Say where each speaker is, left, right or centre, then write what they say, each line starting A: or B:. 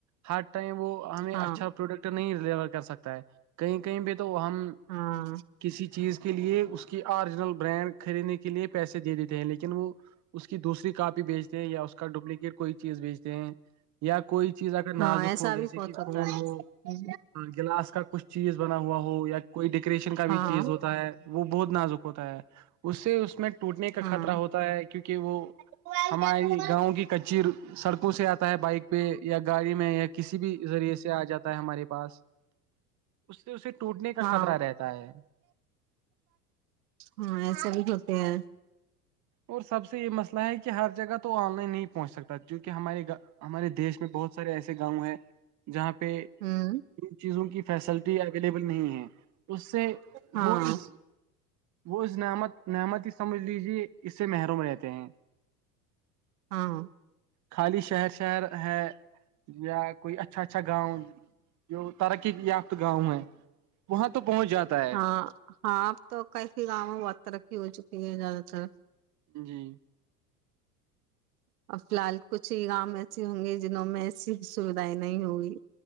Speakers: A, on the right (about 35°); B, on the right (about 70°).
A: ہر ٹائم وہ ہمیں
B: ہاں
A: اچھا پروڈکٹ نہیں رہ لیر کر سکتا ہے کہیں کہیں بھی تو تو ہم
B: ہاں
A: کسی چیز کے لیے اس کی آرییجنل برانڈ خریدنے کے لیے پیسے دے دیتے ہیں لیکن وہ اس کی دوسری بھیچتے ہیں یا اس کا ڈوپلیکیٹ کوئی چیز بھیچتے ہیں یا کوئی چیز اگر نازک
B: ہاں ایسا
A: ہو جیسے
B: بھی بہت
A: کہ
B: ہوتا
A: فون
B: ہے
A: ہو ہ گلاس کا کچھ چیز بنا ہوا ہو یا کوئی ڈیکوریشن کا
B: ہاں
A: بھی چیز ہوتا ہے وہ بہت نازک ہوتا ہے اس سے اس میں ٹوٹنے کا
B: ہاں
A: خطر ہوتا ہے کیونکہ وہ
B: ہاں
A: ہماری گاؤں کی ک پ سڑکوں سے آتا ہے بائک پہ یا گاڑی میں یا کسی بھی ذریعے سے آ جاتا ہے ہمارے پاس اس سے اسے ٹوٹنے کا
B: ہاں
A: خطرہ رہتا ہے
B: ہاں ایسے بھی ہوتے ہیں
A: اور سب سے یہ مسئلہ ہے کہ ہر جگہ تو آن لائن نہیں پہنچکتا جو کہ ہمارے گ ہمارے دیش میں بہت سارے ایسے گاؤں ہیں جہاں پہ
B: ہوں
A: ان چیزوں کی فیسلٹی اویلیبل نہیں ہے ہ <inaudible> اس سے
B: ہاں
A: وہ اس وہ <unintelligible> نامت نامت ہی سمجھ لیجے مروں میں رہتے ہیں
B: ہاں
A: خالی شہر سے شہر ہے یا کوئی اچھا اچھا گاؤں جو ترقی یافت گاؤں ہے وہاں تو پہنچ جاتا ہے
B: ہاں ہاں اب تو کف گاؤں میں بہت ترقی ہو چکی ہے زیادہ تر اچھا
A: جی
B: اور فی الحال کچھ ہی گؤ ایسے ہوں گے جنوں میں ایسی سوھائیں نہیں ہوگی